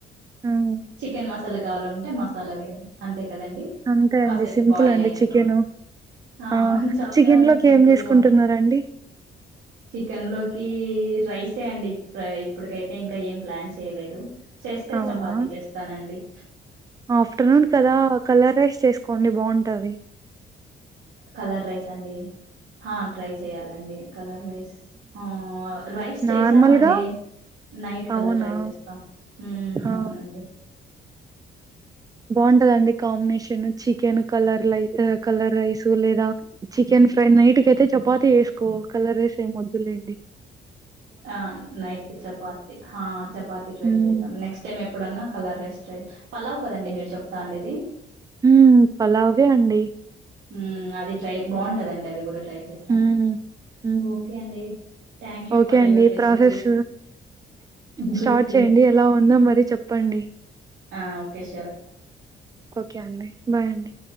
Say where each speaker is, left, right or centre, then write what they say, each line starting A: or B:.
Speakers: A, on the right; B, on the right.
A: హ్మ్.
B: చికెన్ మస్ మసాలా కావాలంటే మసాలా వేయడం అంతే కదండీ
A: అంతే
B: కాసేపు
A: అండి సింపుల్
B: బాయిల్
A: అండి
B: అయిన
A: చికెన్
B: తర్వాత హా
A: ఆ
B: చాలా
A: చికెన్ లోకి
B: సింపుల్గా
A: ఏం చేసుకుంటున్నారండి
B: ఉంది చికెన్ లోకి ఈ రైసే అండి ఇ ఇప్పటికైతే ఇంకా ఏం ప్లాన్ చేయలేదు. చేస్తే
A: అవునా
B: చపాతి చేస్తానండి
A: ఆఫ్టర్నూన్ కదా కలర్ రైస్ చేసుకోం డి బావుంటది.
B: కలర్ రైసా అండి హా ట్రై చెయాలండి కలర్ రైస్ ఆ రైస్ చేసామండి.
A: నార్మల్గా
B: నైట్ కి
A: అవునా
B: అలా ట్రై చేస్తాం ఉమ్
A: ఆ
B: అవునండి.
A: బావుంటదండి కాంబినేషన్ చికెన్ కలర్ లై కలర్ రైస్ లేదా చికెన్ ఫ్రై నైట్ కయితే చపాతి వేసుకో కలర్ రైస్ ఏం వొద్దులేండి.
B: ఆ నైట్ కి చపాతి హా చపాతి ట్రై
A: ఉమ్
B: చేద్దాం నెక్స్ట్ టైమ్ ఎప్ ఎప్పుడన్నా కలర్ రైస్ ట్రై పలావ్ కదండి మీరు చెప్తాండేది.
A: హు పలావే అండి
B: ఉమ్ అది ట్రై బాగుంటదండి అది కూడా ట్రై చేశాను
A: ఉమ్ ఉమ్
B: ఓకే అండి థ్యాంక్ యూ.
A: ఓకే
B: ఫర్
A: అండి
B: యువర్ రెసిపీ
A: ప్రాసెస్ స్టార్ట్
B: గుర్తు
A: చేయండి ఎలా ఉందో మరి చెప్పండి.
B: ఆ ఓకే షూర్
A: ఓకే అండి బాయ్ అండి.